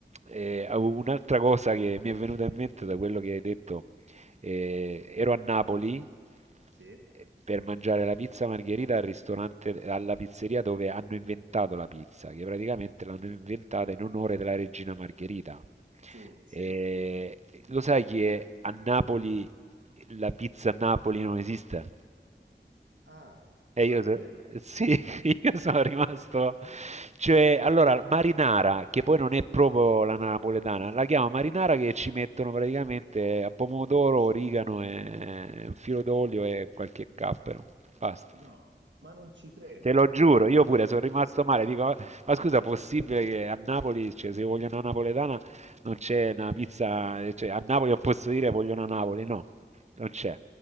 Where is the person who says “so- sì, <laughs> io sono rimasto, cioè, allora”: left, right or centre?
Right